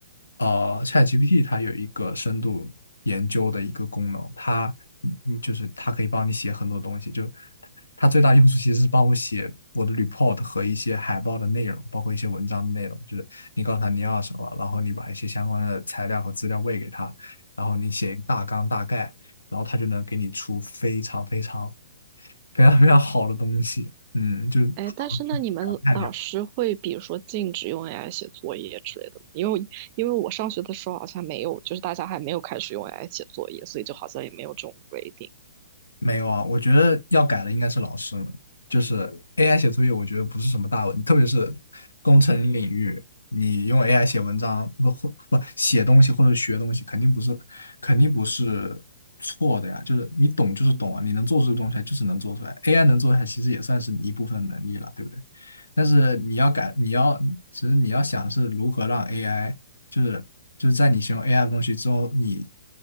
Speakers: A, on the left; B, on the right.
A: 呃，ChatGPT 它有一个深度研究的一个功能，它嗯嗯就是它可以帮你写很多东西，就它最大用处其实是帮我写我的 report 和一些海报的内容，包括一些文章的内容，就是你告诉他你要什么，然后你把一些相关的材料和资料喂给他，然后你写一个大纲大概，然后他就能给你出非常非常非常非常好的东西，嗯，就是好的，
B: 哎，但是那你们老师会比如说禁止用
A: 太了。
B: AI 写作业之类的吗？因为因为我上学的时候好像没有，就是大家还没有开始用 AI 写作业，所以就好像也没有这种规定，
A: 没有啊，我觉得要改的应该是老师们就是 AI 写作业，我觉得不是什么大问题，特别是工程领域，你用 AI 写文章不或不写东西或者学东西，肯定不是肯定不是错的呀，就是你懂就是懂啊，你能做出的东西来就是能做出来，AI 能做出来其实也算是你一部分能力了，对不对？但是你要改，你要其实你要想是如何让 AI 就是就是在你学用 AI 的东西之后，你